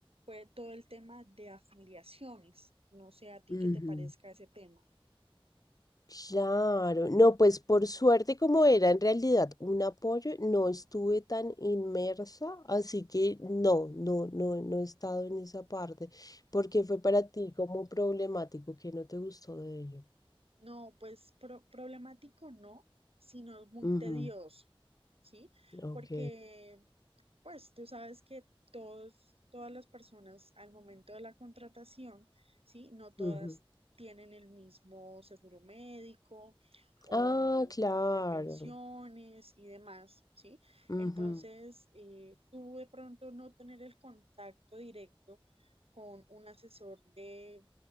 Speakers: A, on the right; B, on the left.
A: fue todo el tema de afiliaciones. No sé a ti
B: ujú.
A: qué te parezca ese tema.
B: Claro, no, pues por suerte como era en realidad un apoyo, no estuve tan inmersa, así que no, no, no, no he estado en esa parte, porque fue para ti como problemático que no te gustó de ello.
A: No, pues pro- problemático no, sino muy
B: Ujú,
A: tedioso, ¿sí?
B: Ok.
A: Porque, pues tú sabes que todos, todas las personas al momento de la contratación, ¿sí? No todas
B: ujú.
A: tienen el mismo seguro médico o
B: Ah, claro.
A: fondo de pensiones y demás, ¿sí?
B: ujú,
A: Entonces, eh, tú de pronto no tener el contacto directo con un asesor de